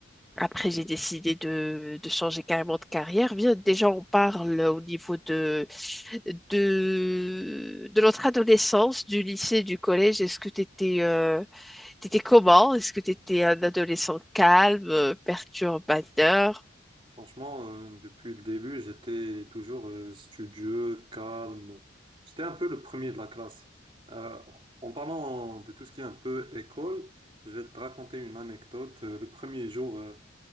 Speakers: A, in the centre; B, on the right.
A: Après, j'ai décidé de, de changer carrément de carrière. Bien, déjà, on parle au niveau de, de, de notre adolescence, du lycée, du collège. Est-ce que tu étais T'étais comment? Est-ce que t'étais un adolescent calme, euh, perturbateur?
B: Franchement, euh, depuis le début, j'étais toujours euh, studieux, calme. J'étais un peu le premier de la classe. Euh, en parlant de tout ce qui est un peu école, je vais te raconter une anecdote. Euh, Le premier jour, euh,